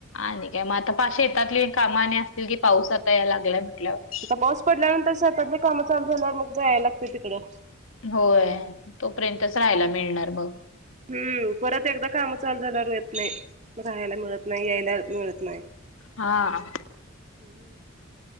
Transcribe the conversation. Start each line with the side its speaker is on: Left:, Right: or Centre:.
Left: आणि कायं मंग आंता प अशे शेतांतली कामांने असतील की पाऊस आंता यां लागलांय म्हटल्यांवर
Right: आंता पाऊस पडल्यानंतर शेतांतली कामं चालूं झाल्या मंग जायलां लागतं तिकडं
Left: होयं तोपर्यंतच राहांयला मिळणारं बघं
Right: हम्मं परंत एकदाचं कामं चालूं झाल्यां येतं नाहीं राहांयला मिळतं नाहीं यायलां मिळतं नाहीं
Left: हां
Right: हम्मं